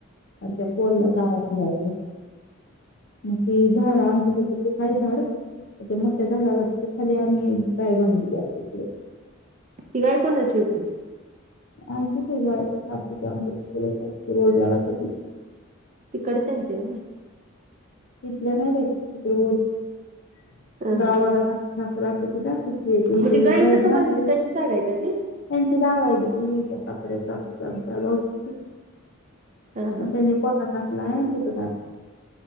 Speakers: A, on the left (about 60°); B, on the right (about 35°).
A: आणि त्या पोलला
B: ह
A: तारा <unintelligible> मग ते झाड आमच्या
B: ह
A: हेच्यातले आहे झाड त्या मोठ्या झाडाला तिथ खाली आम्ही गाय बांधलेली असते तिकडं
B: ती गाय कोणाची होती
A: आमचीच आहे गाय <unintelligible> रोडला राहते ती
B: तिकडच्यांची होय
A: इथल्या नाही बाई <unintelligible>
B: ह
A: गाव
B: ह
A: भागात आमच्या <unintelligible> इथे
B: मग ती
A: येऊन
B: गाय
A: राहील
B: इथं का
A: ना
B: बांधली
A: त्यांची
B: त्यांची जागा आहे का ती
A: जाग आहे गं ती त्या <unintelligible>
B: हा हा
A: अन त्यांनी गोटा टाकलाय तिथं गाय